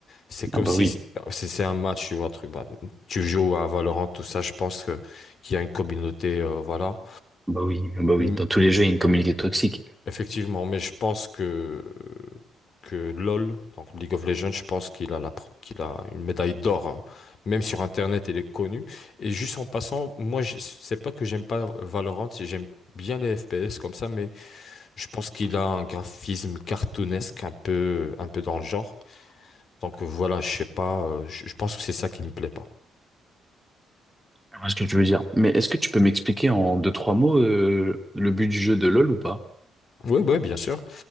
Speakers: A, on the left; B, in the centre.
A: C'est comme
B: ah bah
A: si
B: oui.
A: c'est c'est un match, tu vois, un truc. bah, tu joues à Valorant, tout ça, je pense que qu'il y a une communauté, euh, voilà.
B: Bah oui, bah oui,
A: Mm,
B: dans tous les jeux, il y a une communauté toxique.
A: Effectivement, mais je pense que que LoL, donc League of Legends, je pense qu'il a la pr- qu'il a une médaille d'or, euh, même sur Internet, il est connu. Et juste en passant, moi, je- c'est pas que j'aime pas Valorant, j'aime bien les FPS comme ça, mais je pense qu'il a un graphisme cartoonesque un peu un peu dans le genre. Donc euh, voilà, je sais pas, euh, je je pense que c'est ça qui me plaît pas.
B: Je vois ce que tu veux dire. Mais est-ce que tu peux m'expliquer en deux, trois mots euh, le but du jeu de LoL ou pas?
A: Oui, oui, bien sûr.